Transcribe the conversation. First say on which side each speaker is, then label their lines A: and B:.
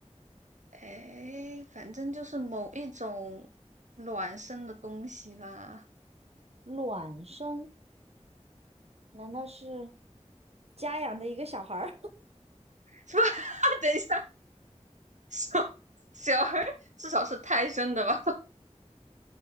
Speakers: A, on the right; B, on the right.
A: 哎，反正就是某一种卵生的东西啦。
B: 卵生？难道是家养的一个小孩儿？
A: <laughs> 是吧？<laughs> 等一下，小小孩儿至少是胎生的吧？<laughs>